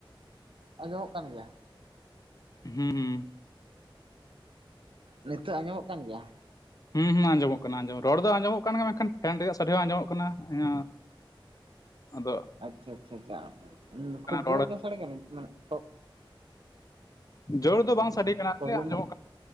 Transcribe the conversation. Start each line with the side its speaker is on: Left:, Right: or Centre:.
Right: ᱟᱸᱡᱚᱢᱚᱜ ᱠᱟᱱ ᱜᱮᱭᱟ ᱾
Left: ᱦᱩᱸ ᱦᱩᱸ ᱾
Right: ᱱᱤᱛᱚᱜ ᱟᱸᱡᱚᱢᱚᱜ ᱠᱟᱱ ᱜᱮᱭᱟ?
Left: ᱦᱩᱸ ᱦᱩᱸ ᱟᱸᱡᱚᱢᱚᱜ ᱠᱟᱱᱟ ᱟᱸᱡᱚᱢ ᱨᱚᱲ ᱫᱚ ᱟᱸᱡᱚᱢᱚᱜ ᱠᱟᱱ ᱜᱮᱭᱟ ᱢᱮᱱᱠᱷᱟᱱ ᱯᱷᱮᱱ ᱨᱮᱭᱟᱜ ᱥᱟᱰᱮ ᱦᱚᱸ ᱟᱸᱡᱚᱢᱚᱜ ᱠᱟᱱᱟ ᱦᱮᱸᱼᱼ ᱟᱫᱚ ᱼᱼ
Right: ᱟᱪᱷᱟ ᱟᱪᱪᱷᱟ ᱟᱪᱪᱷᱟ ᱠᱷᱩᱵ
Left: ᱨᱚᱲ
Right: ᱡᱳᱨ ᱜᱮ ᱥᱟᱰᱮ ᱠᱟᱱᱟ ᱢᱟᱱᱮ ᱼᱼ
Left: ᱡᱳᱨ ᱫᱚ ᱵᱟᱝ
Right: ᱟᱪᱪᱷᱟ
Left: ᱥᱟᱰᱮ ᱠᱟᱱᱟ
Right: ᱯᱨᱚᱵᱞᱮᱢ
Left: ᱠᱷᱟᱹᱞᱤ ᱟᱸᱡᱚᱢᱚᱜ ᱠᱟᱱᱟ